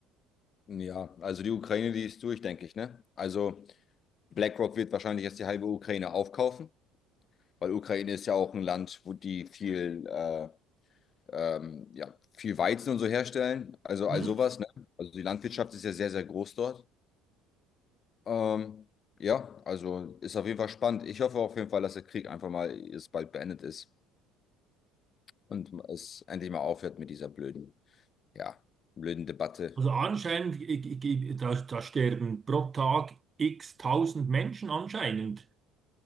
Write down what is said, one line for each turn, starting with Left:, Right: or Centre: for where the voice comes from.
Left: Ja, also die Ukraine, die ist durch, denke ich, ne? Also BlackRock wird wahrscheinlich jetzt die halbe Ukraine aufkaufen, weil Ukraine ist ja auch ein Land, wo die viel, äh, ähm, ja, viel Weizen und so herstellen, also
Right: Mhm.
Left: all sowas, ne? Also die Landwirtschaft ist ja sehr, sehr groß dort. Ähm, ja, also ist auf jeden Fall spannend. Ich hoffe auf jeden Fall, dass der Krieg einfach mal jetzt bald beendet ist und es endlich mal aufhört mit dieser blöden, ja, blöden Debatte.
Right: Also, anscheinend, i- i- i- da, da sterben pro Tag x tausend Menschen anscheinend.